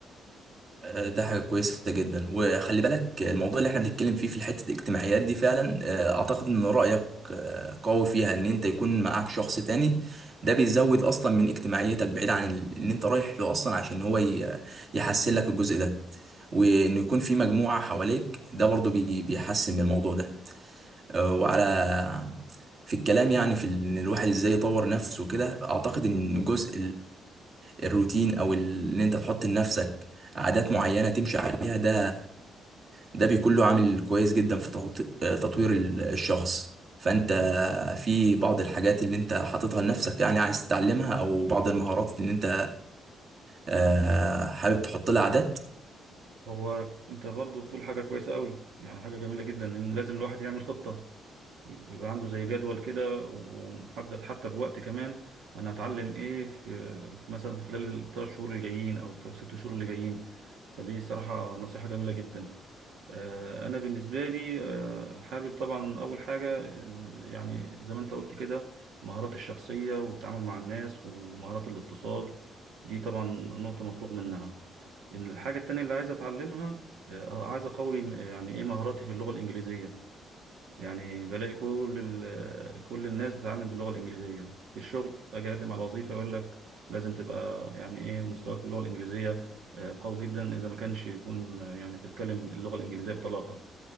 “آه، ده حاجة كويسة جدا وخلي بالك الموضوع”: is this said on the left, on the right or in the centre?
Right